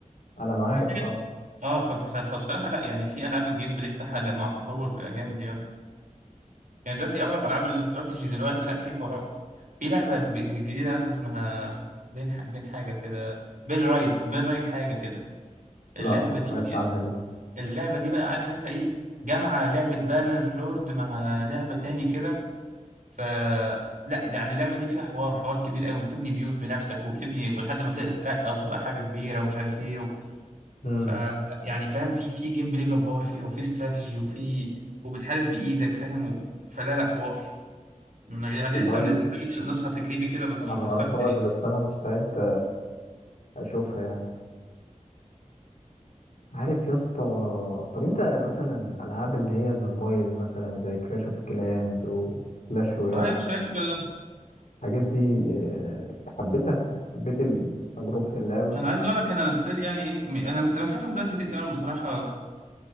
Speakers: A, on the left; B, on the right.
A: انا معاك
B: وفي حاجات-
A: اه
B: اه ف... ف... فبصراحه لا يعني في العاب الجيم بلاي بتاعها لا، مع التطور بقى جامد يعني يعني دلوقتي اغلب العاب الاستراتيجي دلوقتي لا في حوارات في لعبه ج- ج- جديده نازله اسمها بين ح... بين حاجه كده بين رايت بين رايت حاجه كده
A: لا
B: اللعبه
A: ما سمعتش
B: دي
A: عنها دي
B: اللعبه دي بقى عارف انت ايه جامعه لعبه بانر لورد مع لعبه تاني كده ف لا يعني اللعبه دي فيها حوار حوار كبير قوي بتبني بيوت بنفسك وبتبني لحد ما تترقى وتبقى حاجه كبيره ومش عارف ايه و...
A: امم
B: ف يعني فاهم في في جيم بلاي جبار فيها وفي استراتيجي وفي وبتحارب بايدك فاهم و... فلا لا حوار يعني
A: والله
B: لسه منزلين نسخه تجريبي كده بس
A: انا
B: ومكسره
A: ما اعرفهاش
B: الدنيا
A: بس انا مستعد اشوفها يعني عارف يا اسطى طب انت مثلا العاب اللي هي الموبايل مثلا زي كلاش اوف كلانز وكلاش رويال
B: اه يا باشا لعبت كل ده
A: الحاجات دي آه، حبيتها يعني حبيت ال- تجربة اللعبة
B: انا عايز اقول لك انا أنا ستيل يعني ايه م- انا بس مسيحهم دلوقتي زهقت منهم بصراحه